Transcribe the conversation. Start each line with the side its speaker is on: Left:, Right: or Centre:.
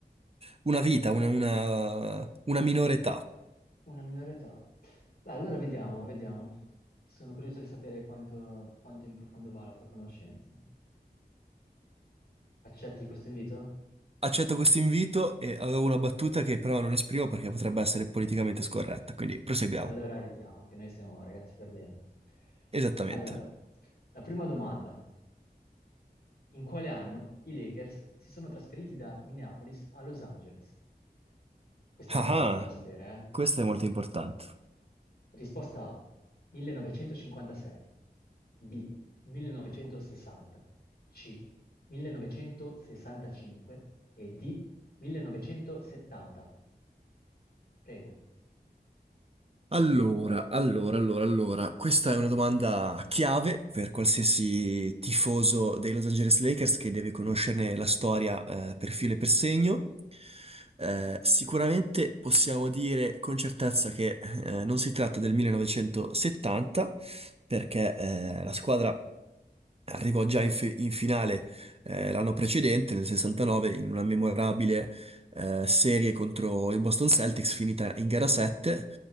Right: Una vita, una, una, una minore età.
Left: Una minore età. Beh, allora vediamo, vediamo. Sono curioso di sapere quanto, quanto in profondo va la tua conoscenza. Accetti questo invito?
Right: Accetto questo invito e avevo una battuta che però non esprimo perché potrebbe essere politicamente scorretta, quindi proseguiamo.
Left: Allora evitiamo, che noi siamo ragazzi per bene.
Right: Esattamente.
Left: Allora, la prima domanda. In quale anno i Lakers si sono trasferiti da Minneapolis a Los Angeles? Questa è importante
Right: Ah, ah,
Left: da sapere,
Right: questo è molto importante.
Left: eh? Risposta A, 1956, B, 1960, C, 1965 e D, 1970. Prego.
Right: Allora, allora, allora, allora, questa è una domanda chiave per qualsiasi tifoso dei Los Angeles Lakers che deve conoscerne la storia, eh, per filo e per segno. Eh, sicuramente possiamo dire con certezza che, eh, non si tratta del 1970, perché, eh, la squadra Arrivò già in, fi- in finale eh, l'anno precedente, nel 69, in una memorabile eh, serie contro i Boston Celtics, finita in gara 7,